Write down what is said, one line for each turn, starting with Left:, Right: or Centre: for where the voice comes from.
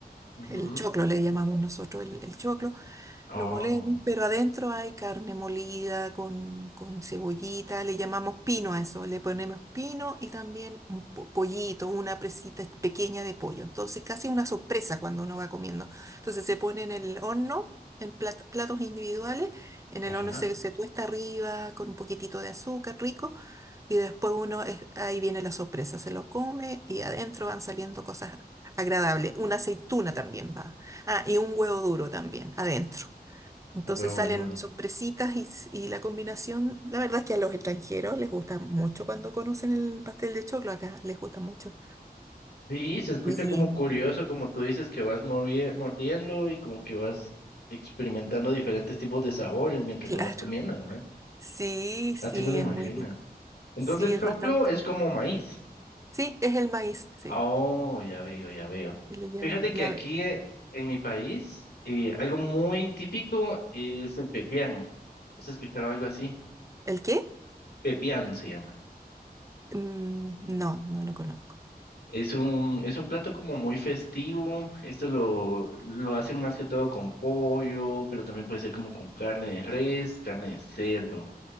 Left: ujú,
Right: el choclo le llamamos nosotros, el, el choclo.
Left: oh,
Right: Lo molemos, pero adentro hay carne molida con, con cebollita, le llamamos pino a eso, le ponemos pino y también un po- pollito, una presita pequeña de pollo. Entonces casi una sorpresa cuando uno va comiendo. Entonces se pone en el horno, en plat- platos individuales, en
Left: ajá,
Right: el horno se, se tuesta arriba con un poquitito de azúcar rico y después uno, es- ahí viene la sorpresa, se lo come y adentro van saliendo cosas agradables. Una aceituna también va. Ah, y un huevo duro también, adentro. Entonces
Left: huevo
Right: salen
Left: duro.
Right: sorpresitas y, s- y la combinación, la verdad es que a los extranjeros les gusta mucho cuando conocen el pastel de choclo, acá les gusta mucho.
Left: Sí, se escucha
Right: Y
Left: como curioso, como tú dices, que vas mordi- mordiendo y como que vas experimentando diferentes tipos de sabores mientras
Right: claro,
Left: lo vas comiendo, ¿verdad?
Right: sí, sí,
Left: Así me lo imagino.
Right: es muy rico,
Left: Entonces,
Right: sí,
Left: choclo
Right: es bastante.
Left: es como maíz.
Right: Sí, es el maíz, sí.
Left: Oh, ya veo, ya veo.
Right: Y lo llama-
Left: Fíjate que
Right: la-
Left: aquí eh, en mi país, eh, algo muy típico es el pepián. ¿Has escuchado algo así?
Right: ¿el qué?
Left: Pepián se llama.
Right: Mm, no, no lo conozco.
Left: Es un, es un plato como muy festivo. Esto lo, lo hacen más que todo con pollo, pero también puede ser como con carne de res, carne de cerdo.